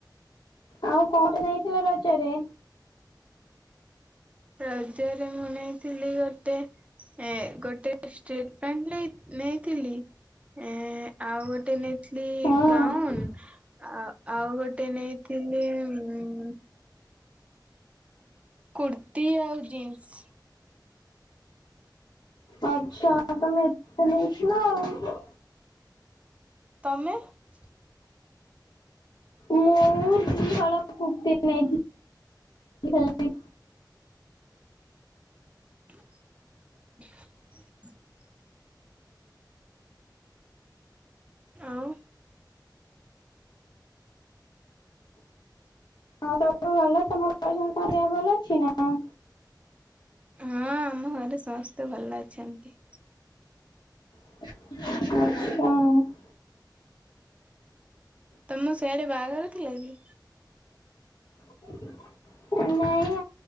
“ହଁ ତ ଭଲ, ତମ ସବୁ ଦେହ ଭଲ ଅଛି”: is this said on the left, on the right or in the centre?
Left